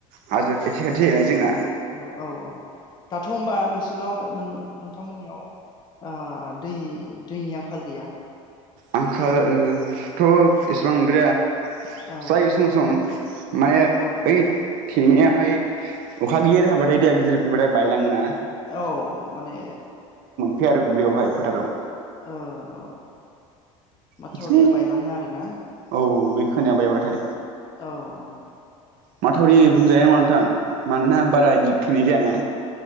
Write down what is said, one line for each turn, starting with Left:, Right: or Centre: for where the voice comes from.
Right: हाजो खाथि खाथि जायोना जोंना
Left: औ औ औ औ दाथ' होमबा नोंसोनाव नों नोंथांमोननियाव ओ दै दैनि आंखाल गैया?
Right: आंखाल थ' इसिबां नंद्राया
Left: औ
Right: जायो सम सम माने
Left: औ
Right: ओइ थेनिया हाय अखा गिदिर हाबाथाय दैया गिदिर फैबाथाय बायलाङोना?
Left: औ माने
Right: फे आरो दुब्लियावहाय फोथाराव
Left: ओ औ माथावरिया
Right: बिदिनो
Left: बायलाङो आरो ना
Right: औ बे खोनाया बायबाथाय
Left: औ औ
Right: माथावरि बुंजायामा नोंथां मानोना बारा दिग थैनाय जायाना।